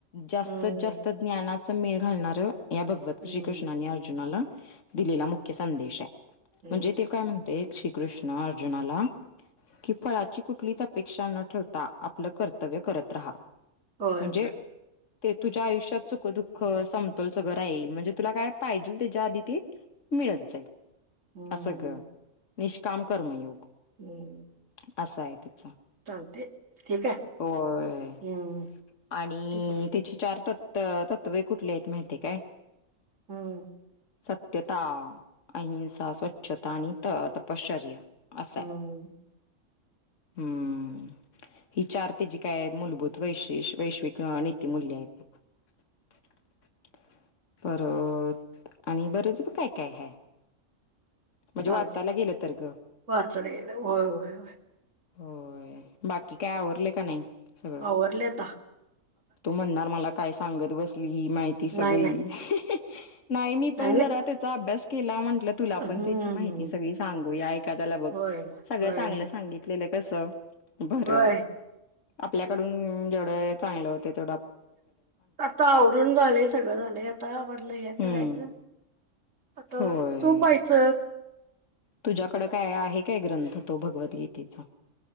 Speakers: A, on the left; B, on the right.
A: जास्तत
B: हम्म
A: जास्त ज्ञानाच मेळ घालणार. या भगवत
B: हम्म
A: श्रीकृष्णनी अर्जुनाला दिलेला मुख्य संदेश आहे..
B: हम्म.
A: म्हणजे ते काय म्हणते श्रीकृष्ण अर्जुनाला कि फळाची कुठलीच अपेक्षा न ठेवता आपलं कर्तव्य करत राहा.
B: होय
A: म्हणजे
B: होय.
A: ते तुझ्या आयुष्यात सुख दुःख समतोल सगळं रा येईल म्हणजे तुला काय पाहिजेल त्याच्या आधी ते मिळत जाईल
B: हम्म
A: असं ग निष्काम कर्मयोग.
B: <unintelligible>
A: असं आहे ते.
B: चालते. ठीक आहे.
A: होय
B: हम्म
A: आणि
B: ठीक आहे
A: तिची चार तत. तर तत्त्व कुठले आहेत माहिती काय?
B: हम्म
A: सत्यता अहिंसा स्वच्छता आणि त तपश्चर्या असं
B: हम्म
A: आहे. हम्म ही चार तेजी काय मूलभूत वैशि वैश्विक नीतीमूल्य आहेत. <inaudible> परत आणि बरंच काय काय हाय. म्हणजे
B: चालते
A: वाचायला गेलं तर ग.
B: वाचलं गेलं व्हाय व्हाय.
A: होय बाकी काय आवरले का नाही? सगळं?
B: आवर लेता.
A: तू म्हणणार मला काय सांगत बसली माहिती सगळी.
B: नाही नाही
A: ही ही नाही मी पण
B: नाही.
A: जरा त्याचा अभ्यास- केला म्हंटलं तुला
B: हम्म
A: पण त्याची माहिती सगळी सांगूया एखादाला बघ
B: होय
A: सगळं
B: होय
A: चांगलं सांगित- केलं कसा बर
B: होय
A: आपल्याकडून जेवढ चांगलं तेव-
B: आता आवरून झालेय सगळं झालं आता आवडलं हे
A: हम्म
B: करायचं- आता
A: होय.
B: तू पाहिच-
A: तुझ्याकडं काय आहे काय ग्रंथ तो भगवत गीता चा?